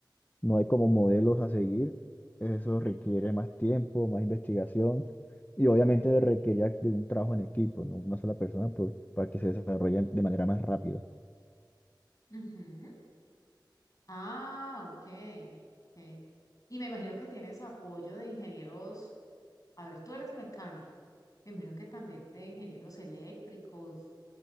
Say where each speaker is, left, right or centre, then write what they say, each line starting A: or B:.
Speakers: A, on the left (about 20°); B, on the left (about 45°).
A: no hay como modelos a seguir, eso requiere más tiempo, más investigación y obviamente requiere de un trabajo en equipo, no una sola persona, por, para que se desarrolle de manera más rápida.
B: Ujú. Ah, ok, ok. Y me imagino que tienes apoyo de ingenieros A ver, tú eres mecánico. Me imagino que también de ingenieros eléctricos,